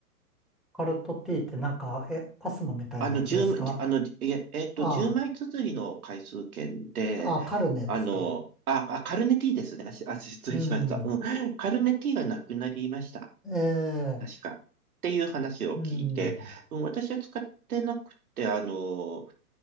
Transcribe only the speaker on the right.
あの、10枚、じあの、いえ、えっと、
10枚綴りの回数券で、
あの、あ、あ、カルネティーですね。あ、しあ失礼しました。
うん。カルネティーがなくなりました。
確か。っていう話を聞いて、
うん、私は使ってなくて、あの、